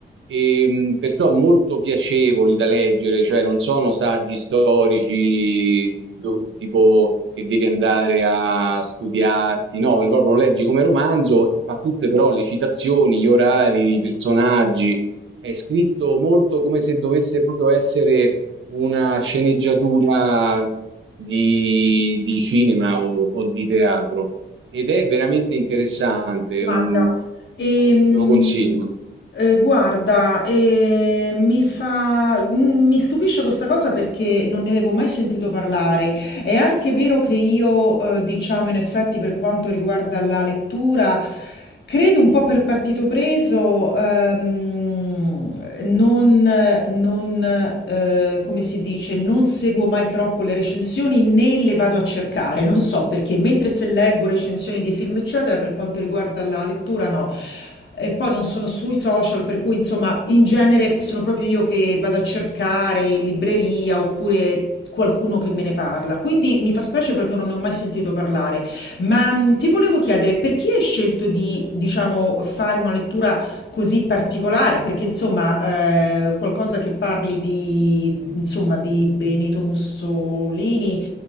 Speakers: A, on the right; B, on the left.
A: Ehm, perciò molto piacevoli da leggere, cioè non sono saggi storici do- tipo che devi andare a studiarti, no, proprio lo leggi come romanzo, fa tutte però le citazioni, gli orari, i personaggi, è scritto molto come se dovesse proprio essere una sceneggiatura di, di cinema o, o di teatro ed è veramente interessante,
B: Guarda,
A: mm,
B: ehm,
A: te lo consiglio.
B: eh, guarda, eh, mi fa, mm, mi stupisce questa cosa perché non ne avevo mai sentito parlare. È anche vero che io, eh, diciamo, in effetti, per quanto riguarda la lettura, credo un po' per partito preso, ehm, non, non, eh, come si dice, non seguo mai troppo le recensioni né le vado a cercare, non so perché, mentre se leggo recensioni di film, eccetera, per quanto riguarda la lettura, no. E poi non sono sui social, per cui insomma, in genere sono proprio io che vado a cercare in libreria oppure qualcuno che me ne parla. Quindi mi fa specie perché non ne ho mai sentito parlare. Ma mh, ti volevo chiedere perché hai scelto di, diciamo, fare una lettura così particolare? Perché insomma, eh, qualcosa che parli di, insomma, di Benito Mussolini.